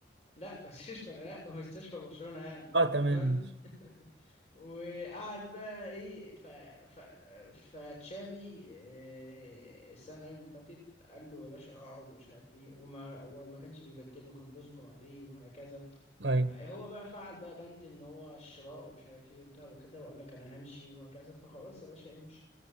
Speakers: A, on the left; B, on the right.
A: لا مستشفى لا مستشفى برشلونة يعني
B: اه تمام
A: تمام
B: ماشي.
A: <laughs> وقعد بقى ايه ف ف فتشافي آه، السنة اللي قبل اللي فاتت قال له يا باشا اقعد ومش عارف ايه وما وما كانش بيبدله كان بيصبر عليه وهكذا
B: طيب
A: هو بقى فعل بقى بند ان هو الشراء ومش عارف ايه وبتاع وكده وقال لك انا همشي وهكذا فخلاص يا باشا امشي